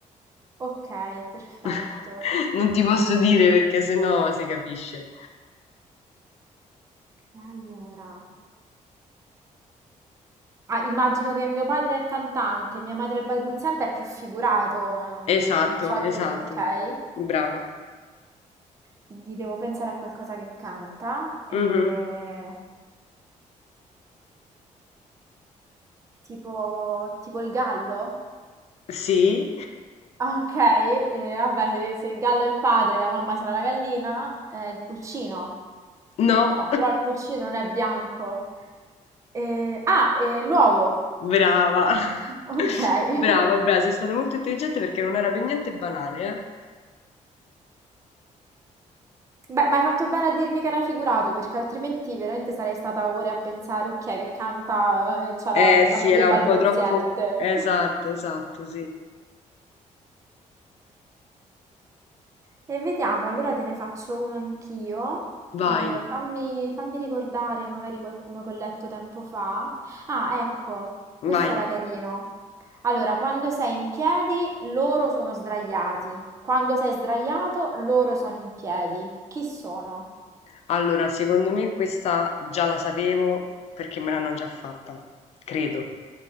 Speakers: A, on the right; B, on the left.
A: Ok, perfetto.
B: <laughs> Non ti posso dire perché sennò si capisce.
A: E Allora, ah, immagino che mio padre è cantante, mia madre è balbuziente, è più figurato, non,
B: Esatto,
A: non so effe-
B: esatto.
A: ok.
B: Brava.
A: Quindi devo pensare a qualcosa che canta, e-
B: Mhm.
A: tipo, tipo il gallo?
B: Sì.
A: Ah, Ok, eh, vabbè, se, se il gallo è il padre, la mamma sarà la gallina, eh, il pulcino.
B: No.
A: No, però il pulcino non è bianco. Eh, ah, eh, l'uovo.
B: Brava.
A: Ok.
B: <laughs> Brava,
A: <laughs>
B: brava. Sei stata molto intelligente perché non era per niente banale,
A: Beh, ma hai fatto bene a dirmi che era figurato, perché altrimenti veramente sarei stata ore a pensare, ok, che canta e c'ha
B: eh?
A: la,
B: Eh
A: la
B: sì,
A: moglie
B: era
A: balbuziente.
B: un po' troppo. Esatto,
A: <laughs>
B: esatto, sì.
A: E vediamo, allora te ne faccio uno anch'io. Eh,
B: Vai,
A: fammi, fammi ricordare magari qualcuno che ho letto tempo fa. Ah, ecco,
B: vai.
A: questo era carino. Allora, quando sei in piedi, loro sono sdraiati. Quando sei sdraiato, loro sono in piedi. Chi sono?
B: Allora, secondo me questa già la sapevo perché me l'hanno già fatta. Credo.